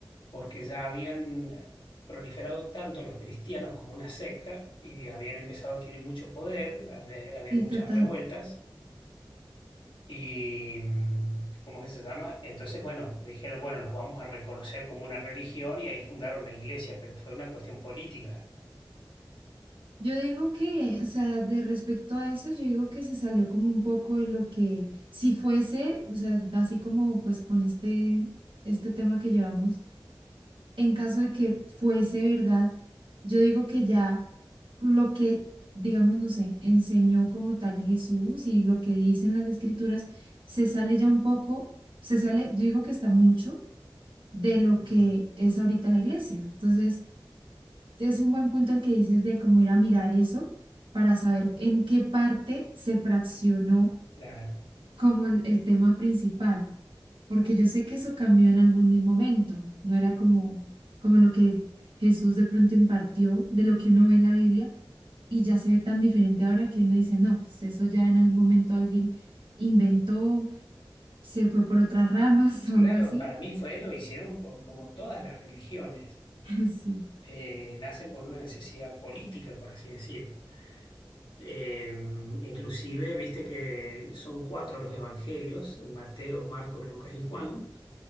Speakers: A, on the left; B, on the right.
A: porque ya habían eh, proliferado tanto los cristianos como una secta y habían empezado a adquirir mucho poder, había- había
B: sí,
A: muchas
B: total.
A: revueltas. Y, mm, ¿cómo es que se llama? Entonces, bueno, dijeron, bueno, los vamos a reconocer como una religión y ahí fundaron la iglesia, pero fue una cuestión política.
B: Yo digo que, o sea, de respecto a eso, yo digo que se salió como un poco de lo que, si fuese, o sea, así como pues con este, este tema que llevamos, en caso de que fuese verdad, yo digo que ya. lo que, digamos, no sé, enseñó como tal Jesús y lo que dicen las escrituras, se sale ya un poco, se sale, yo digo que está mucho de lo
A: Mm.
B: que es ahorita la iglesia. Entonces, es un buen punto el que dices de cómo ir a mirar eso para saber en qué parte se fraccionó
A: Claro,
B: como el, el tema principal, porque yo sé que eso cambió en algún momento, no era como, como lo que Jesús de pronto impartió de lo que uno ve en la Biblia y ya se ve tan diferente ahora que uno dice, no, pues eso ya en algún momento alguien inventó, se fue por otras ramas
A: claro,
B: <laughs> o algo así.
A: para mí fue, lo hicieron por, como todas las religiones,
B: <laughs> Sí,
A: eh, nacen por una necesidad política, por así decir. Eh, inclusive, viste que son cuatro los evangelios, Mateo, Marcos, Lucas y Juan